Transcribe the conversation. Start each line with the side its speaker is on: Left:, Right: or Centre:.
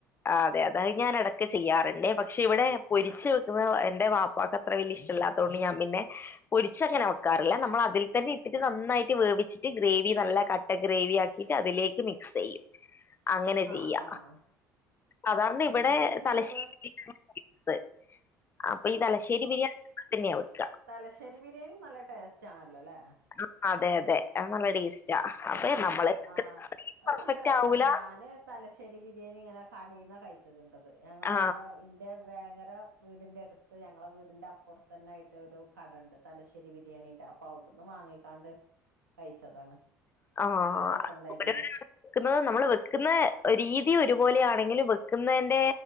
Left: അതെ അതെ അയ്ഞാനെടക്ക് ചെയ്യാറ്ണ്ടെ പക്ഷെ ഇവിടെ പൊരിച്ചു വെക്കുന്നത് എന്റെ വാ പ്പാക്കത്ര വല്യ ഇഷ്ടലാത്തോണ്ട് ഞാം പിന്നെ പൊരിച്ചങ്ങനെ വെ ക്കാറില്ല നമ്മൾ അതിൽ തന്നെ ഇട്ട് നന്നായിട്ട് വേവിച്ചിട്ട് ഗ്രേവി നല്ല കട്ട ഗ്രേവി ആക്കി അതിലേക്ക് മിക്സെയ്യും അങ്ങനെ ചെയ്യ
Right: ആഹ് ആഹ്
Left: സാധാരണ
Right: രണ്ട്
Left: ഇവിടെ
Right: സൈസിലും
Left: തലശ്ശേരി
Right: ആഹ്
Left: <unintelligible> സ് അപ്പൊ ഈ തലശേരി ബിരിയാ തെന്യ വെക്ക
Right: തലശ്ശേരി ബിരിയാണി നല്ല ടേസ്റ്റാണല്ലോ ല്ലേ?
Left: ളം അതെ അതെ അഹ് നല്ല ടേസ്റ്റാ അപ്പൊ
Right: നല്ല
Left: നമ്മള്
Right: രസം ആഹ് അത്
Left: പെർഫെക്റ്റ്
Right: നല്ല രസണ്
Left: ആവൂല
Right: ഞാന് തലശ്ശേരി ബിരിയാണി ഇങ്ങനെ കടേന്ന കഴി ച്ച്ക്ണ്ടത് ഞങ്ങളവിടെ
Left: ആ
Right: ഇൻ ന്റെ വേങ്ങര വീടിന്റെറടുത്ത് ഞങ്ങളെ വീടിന്റെ അപ്പുറത്തന്നൊയിട്ട് ഒരു കടണ്ട് തലശ്ശേരി ബിരിയാണീന്റെ പൗട്ന്ന് വാങ്ങിക്കാണ്ട് കഴിച്ചതാണ്
Left: ആഹ്
Right: നല്ല രസണ്ടായിരുന്നു
Left: <unintelligible> ക്കുന്നത് നമ്മൾ വെക്കുന്ന രീതി ഒരുപോലൊണെങ്കിലും വെക്കുന്നന്റെ